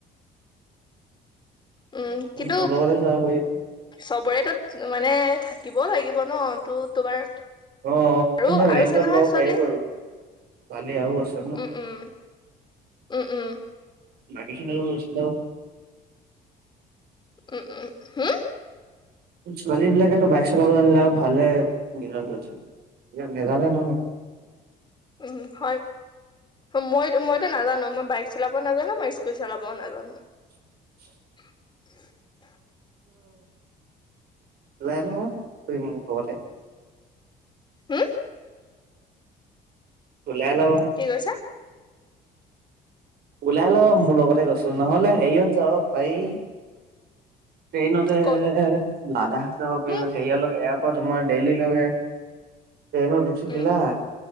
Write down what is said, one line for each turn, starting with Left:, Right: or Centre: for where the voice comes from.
Left: উম কিন্তু
Right: মোৰ লগতে যাব পাৰিবা
Left: চবৰে <unintelligible> মানে থাকিবও লাগিব ন ত তোমাৰ
Right: অ
Left: আৰু
Right: এ
Left: আৰু
Right: ৰেন্টত
Left: আছে নহয়
Right: লব
Left: ছোৱালী
Right: পাৰি বাৰু ছোৱালী আৰু আছে ন
Left: উম উম উম
Right: বাকী খিনি কলৈ গৈছিল
Left: উম উম হা
Right: ছোৱালী বিলাকেতো বাইক চলাব জানিলে ভালে নিজৰ নিজৰ থাকে ইয়াত নেজানে নহয়
Left: উম হয় মই মইতো নাজানো মই বাইক চলাবও নাজানো মই স্কুটি চলাবও নাজানো
Right: <inaudible>
Left: <inaudible>
Right: লেল তহতে ম <unintelligible>
Left: হু
Right: ত ল আল বা <unintelligible>
Left: কি কৈছা
Right: ওলাই ল
Left: উম
Right: মোৰ লগতে কৈছো নহ'লে হেৰিয়ত পাৰি
Left: উম
Right: ট্ৰেইনতে
Left: ক'ত
Right: লাডাখ যাব পাৰিম
Left: উম
Right: হেৰিয়ালকে এয়াৰপৰ্টত তোমাৰ দেলহি লৈকে ট্ৰেনত উঠি
Left: উম
Right: দিলা